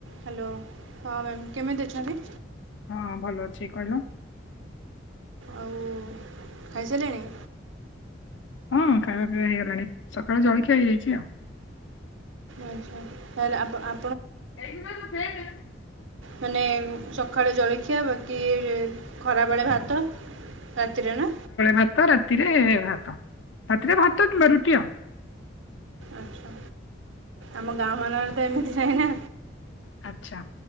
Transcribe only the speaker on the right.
Hello ହଁ ma'am. କେମିତି ଅଛନ୍ତି।
ଆଉ ଖାଇସାରିଲେଣି।
ଆଛା ତାହେଲେ ଆ
ମାନେ ସକାଳେ ଜଳଖିଆ ବାକି ଖରାବେଳେ ଭାତ ରାତିରେ ନା
ଆଚ୍ଛା ଆମ ଗାଁମାନଙ୍କରେ ସେମିତି ନାଇ ନା